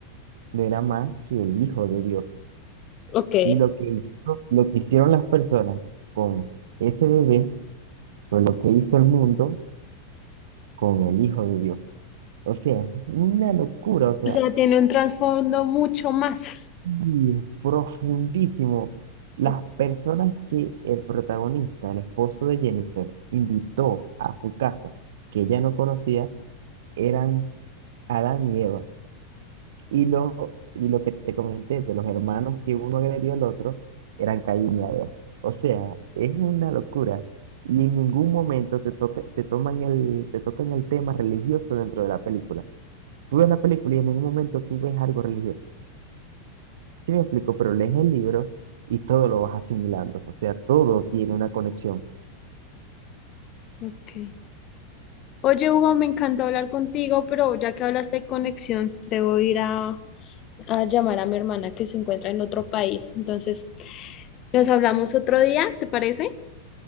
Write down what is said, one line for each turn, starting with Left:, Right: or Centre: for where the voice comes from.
Right: no era más que el hijo de Dios.
Left: ok.
Right: Y lo que hizo- lo que hicieron las personas con ese bebé fue lo que hizo el mundo con el hijo de Dios. O sea, es una locura, o sea.
Left: o sea, tiene un trasfondo mucho más.
Right: Y profundísimo. Las
Left: O-
Right: personas que el protagonista, el esposo de Jennifer, invitó a su casa, que ella no conocía, eran Adán y Eva. Y lo, y lo que te comenté de los hermanos que uno agredió al otro, eran Caín y Abel. O sea, es una locura. Y en ningún momento te toca, te toman el, te tocan el tema religioso dentro de la película. Tú ves la película y en ningún momento tú ves algo religioso. Sí me explico, pero lees el libro y todo lo vas asimilando, o sea, todo tiene una conexión.
Left: Ok. Oye, Hugo, me encantó hablar contigo, pero ya que hablaste de conexión, debo ir a a llamar a mi hermana que se encuentra en otro país. Entonces, nos hablamos otro día, ¿te parece?